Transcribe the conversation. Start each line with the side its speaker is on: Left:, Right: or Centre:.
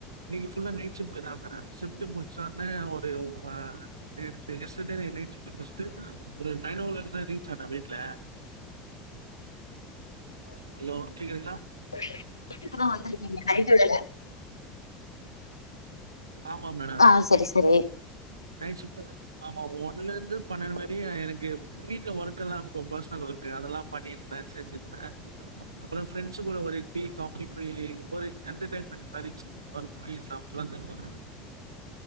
Right: இன்னைக்கு ஃபுல்லா நைட் ஷிப்ட் தா மேடம் ஷிப்ட் முடிச்சா தா ஒரு ஆ நேத்து எஸ்டர்டே நைட்டு ஷிப்ட் ஃபஸ்டு ஒரு நய்னோ கிளாக் தா ரீச் ஆனா வீட்ல ஹலோ கேக்குதுங்களா
Left: போய்ட்டு இப்போத வந்துருக்கீங்க நைட்டு வேல
Right: ஆமா மேடம்
Left: ஆ சரி சரி
Right: நைட் ஷிப்ட் ஆமா ஒன்லந்து பணண்டு வரையு எனக்கு வீட்ல ஒர்க்கெல்லா இருக்கு பர்சனல் ஒர்க்கு அதெல்லா பண்ணிருந்த செஞ்சிருந்த அப்றோ ஃப்ரெண்ட்ஸ் கூட ஒரு டீ காஃபி போய் ஒரு என்டர்டைமன் மாரி ஒரு போய் சாப்ட்ரலான்ருந்த மேடம்